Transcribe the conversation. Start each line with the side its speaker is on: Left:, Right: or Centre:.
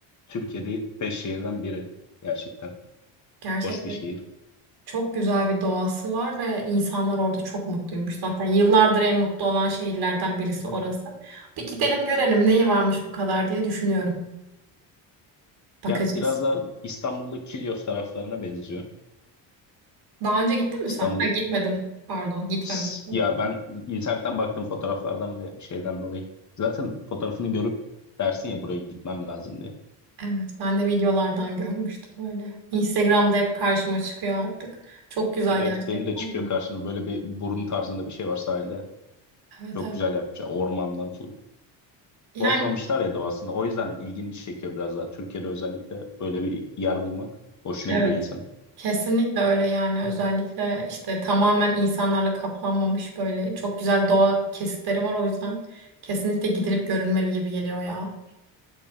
Left: Türkiye'de 5 şehirden biri gerçekten.
Right: Gerçekten.
Left: Hoş bir şehir.
Right: Çok güzel bir doğası var ve insanlar orada çok mutluymuş. Zaten yıllardır en mutlu olan şehirlerden birisi orası. Bir gidelim görelim neyi varmış bu kadar diye düşünüyorum. Bakacağız.
Left: Ya biraz daha İstanbul'da Kilyos taraflarına benziyor.
Right: Daha önce gittin mi
Left: İstanbul
Right: sen? Ha gitmedin. Pardon, gitmemiştim.
Left: S- ya ben internetten baktım fotoğraflardan ve şeyden dolayı. Zaten fotoğrafını görüp dersin ya buraya gitmem lazım diye.
Right: Evet, ben de videolardan görmüştüm böyle. Instagram'da hep karşıma çıkıyor artık. Çok güzel
Left: Evet
Right: gerçekten.
Left: benim de çıkıyor karşıma böyle bir burun tarzında bir şey var sahilde.
Right: Evet,
Left: Çok
Right: evet.
Left: güzel yapmışlar ormandan full.
Right: Yani
Left: Bozmamışlar ya doğasını. O yüzden ilgini çekiyor biraz daha. Türkiye'de özellikle böyle bir yer bulmak hoşuna
Right: evet.
Left: gidiyor insanın.
Right: Kesinlikle öyle yani özellikle işte tamamen insanlarla kaplanmamış böyle çok güzel doğa kesitleri var o yüzden kesinlikle gidilip görülmeli gibi geliyor ya.